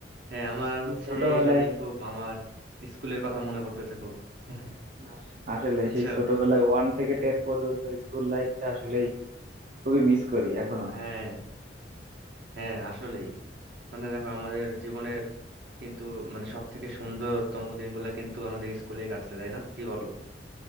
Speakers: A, on the right; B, on the right.
A: হ্যাঁ আমার হচ্ছে
B: এই ছোটবেলায়
A: ইদানিং খুব আমার স্কুলের কথা মনে পড়তেছে খুব <laughs>
B: আস- আসলে
A: বুঝছো
B: সেই ছোটবেলায় ওয়ান থেকে
A: হ্যাঁ
B: টেন পর্যন্ত স্কুল লাইফটা আসলেই খুবই মিস করি এখনো
A: হ্যাঁ হ্যাঁ, আসলেই মানে দেখো আমাদের জীবনের কিন্তু মানে সব থেকে সুন্দরতম দিনগুলো কিন্তু আমাদের স্কুলে কাটছে তাই না কি বলো